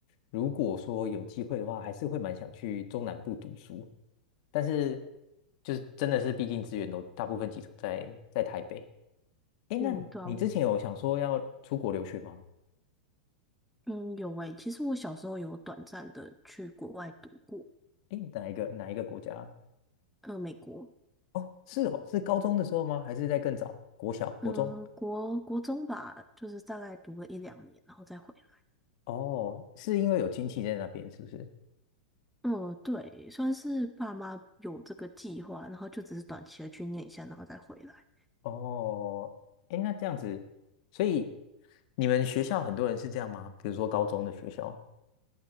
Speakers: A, on the left; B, in the centre.
A: 如果说有机会的话，还是会蛮想去中南部读书，但是就是真的是，毕竟资源都大部分集中在在台北。诶，那你之前有想说要出国留学吗？
B: 嗯，对啊，我嗯有诶，其实我小时候有短暂的去国外读过，
A: 诶，哪一个哪一个国家？
B: 呃，美国，
A: 哦，是哦，是高中的时候吗？还是在更早？国小、
B: 嗯、
A: 国中？
B: 国国中吧，就是大概读了一两年，然后再回来。
A: 哦，是因为有亲戚在那边，是不是？
B: 嗯，对，算是爸妈有这个计划，然后就只是短期的去念一下，然后再回来。
A: 哦，哎，那这样子，所以你们学校很多人是这样吗？比如说高中的学校？